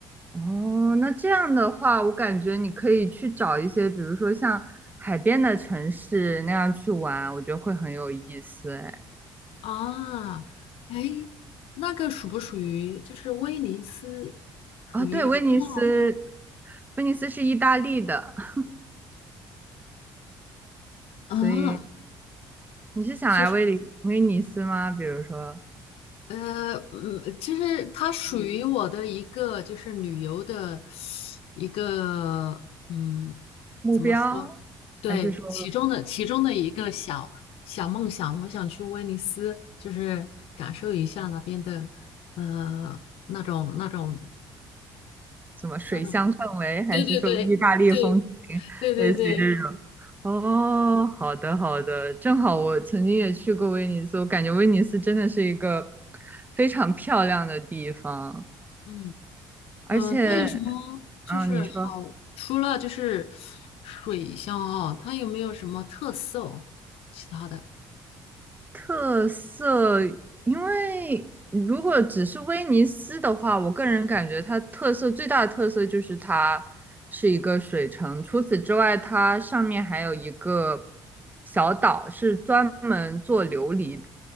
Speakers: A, on the right; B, on the left.
A: 哦，那这样的话，我感觉你可以去找一些，比如说像海边的城市那样去玩，我觉得会很有意思。哎，
B: 啊。哎，那个属不属于就是威尼斯
A: 啊，对，
B: 啊？
A: 威尼斯，
B: 纳威
A: 威尼斯是意大利的，<laughs>
B: 啊，
A: 所以。你是想来威尼威尼斯吗？
B: 就是
A: 比如说
B: 呃，嗯，其实它属于我的一个就是旅游的一个，嗯，
A: 目标，
B: 怎么说？对，
A: 还是说
B: 其中的其中的一个小小梦想，我想去威尼斯，就是感受一下那边的，呃，那种那种
A: 什么水乡氛围，
B: 那种，
A: 还是说意大利风情，
B: 对对对对对对对对，
A: 类似于这种？哦，好的好的，正好我曾经也去过威尼斯，我感觉威尼斯真的是一个非常漂亮的地方，
B: 嗯。
A: 而且，
B: 嗯，它有什么就是好？
A: 嗯，你说。
B: 除了就是水乡啊，它有没有什么特色哦其他的？
A: 特色，因为如果只是威尼斯的话，我个人感觉它特色最大的特色就是它是一个水城，除此之外，它上面还有一个小岛，是专门做琉璃